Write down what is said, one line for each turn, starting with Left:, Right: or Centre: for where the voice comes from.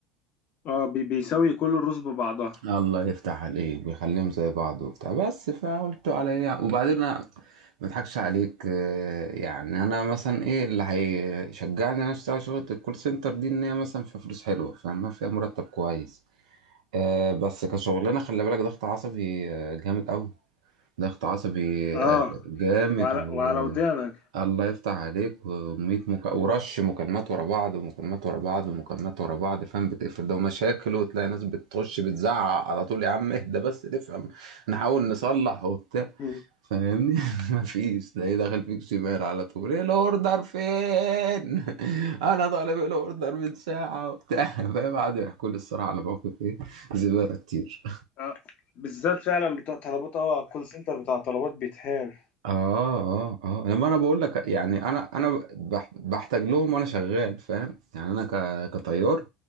Left: اه بي... بيساوي كل الرز ببعضها
Right: الله يفتح عليك بيخليهم زي بعض وبتاع بس فقلت على ايه وبعدين انا ما اضحكش عليك آه، يعني انا مثلا ايه اللي هيشجعني ان انا اشتغل شغلة الكول سنتر دي ان هي مثلا فيها فلوس حلوة فاهمة فيها مرتب كويس آه، بس كشغلانة خلي بالك ضغط عصبي آه، جامد قوي ضغط عصبي
Left: اه
Right: آه، جامد
Left: وعلى
Right: و
Left: وعلى ودانك
Right: الله يفتح عليك ومية مك... ورش مكالمات ورا بعض ومكالمات ورا بعض ومكالمات ورا بعض فاهم بتقفل ده ومشاكل وتلاقي ناس بتخش بتزعق على طول يا عم اهدى بس نفهم نحاول نصلح وبتاع
Left: <laughs>
Right: فاهمني <laughs> مفيش تلاقيه داخل فيك شمال على طول ايه الاوردر فين <laughs> انا طالب الاوردر من ساعه <laughs> وبتاع فاهم قعدوا يحكوا لي الصراحه على موقف ايه زباله كتير
Left: اه بالذات فعلا بتوع طلبات اه الكول سنتر بتاع طلبات بيتهان
Right: اه اه اه لما انا بقول لك يعني انا انا بح- بحتاج لهم وانا شغال فاهم يعني انا ك- كطيار